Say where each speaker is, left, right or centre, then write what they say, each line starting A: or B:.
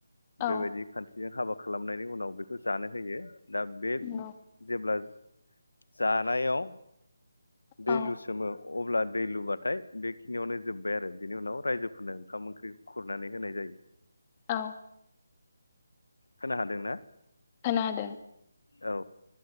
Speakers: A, on the left; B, on the left.
A: औ
B: बेबायदि खान्थि बेजों हाबा खालामनायनि उनाव बेखौ जानो होयो। दा बे
A: नंगौ
B: जेब्ला जानायाव दै
A: औ
B: लुसोमो। अब्ला दै लुबाथाय बेखिनियावनो जोब्बाय आरो बिनि उनाव रायजोफोरनो ओंखाम ओंख्रि <inaudible>
A: औ
B: खोना हादोंना?
A: खोनादों।
B: औ